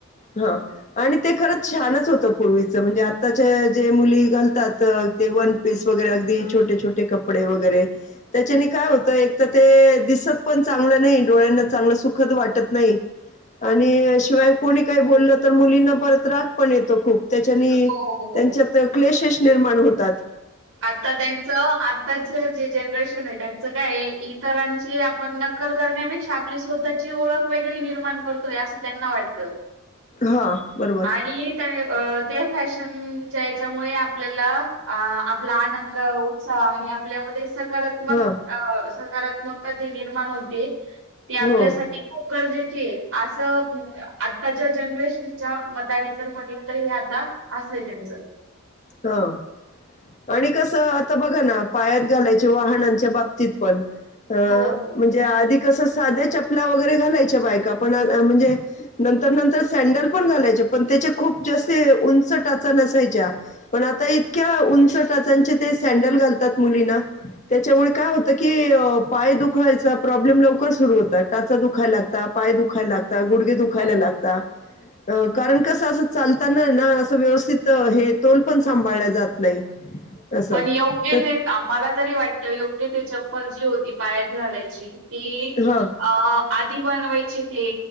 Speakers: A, on the left; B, on the right.
A: हा आणि ते खरंच छानच होतं पूर्वीचं म्हणजे आत्ताच्या जे मुली घालतात ते वन पीस वगैरे अगदी छोटे छोटे कप पडे वगैरे त्याच्याने काय होतं एक तर ते दिसत पण चांगलं नाही, डोळ्यांना चांगलं सुखद वाटत नाही आणि शिवाय कोणी काही बोललं तर मुलींना परत राग पण येतो खूप. त्याच्यानी
B: हो, हो,
A: त्यांच्यात
B: हो.
A: क्लेशश निर्माण होत तात.
B: आता त्यांचं आता ताच जे जनरेशन आहे त्यांचं काय इतरांची आपण नक्कल करण्यापेक्षा आपली स्वतःची ओळख वेगळी निर्माण करतोय असं त्यांना वाटत.
A: हां, बरोबर.
B: आणि ते अ ते फॅशनच्या याच्यामुळे आपल्याला आपला आनंद उत्साह आणि आपल्यामध्ये सग सकारात्मक
A: हां.
B: अ सकारा त्मक निर्माण होते. ते आपल्यासाठी
A: हो.
B: खूप गरजेची असं आताच्या जनरेशनच्या मताने जर म्हटलं तर हे आता असय त्यांच.
A: हा आणि कसं आता बघा ना पायात घालायचे वाहनांच्या बाबतीत पण अ
B: हो हो
A: म्हणजे आधिक कस साध्या चपल्या वगैरे घालायच्या, बायका पण म्हणजे नंतर नंतर सँडल पण घालायच्या पण त्याच्या खूप जास्त उंच टाचा नसायच्या. पण आता इतक्या उंच टाचांचे ते सँडल घालतात मुलींना त्याच्यामुळे काय होतं की पाय दुखायचा प्रॉब्लेम लवकर सुरु होतात, टाचा दुखायला लागतात, पाय दुखायला लागत गुडगे दुखायला
B: हो.
A: लागतात. अ कारण कसं असं चालताना ना असं व्यवस्थित हे तोल पण सांभाळ जात नाही. असं
B: पण योग्य
A: तर
B: ते आम्हाला जरी वाटत योग्य ते चप्पल जी होती पायात घालायची. ती
A: हा
B: अ आधी बनवायचे ते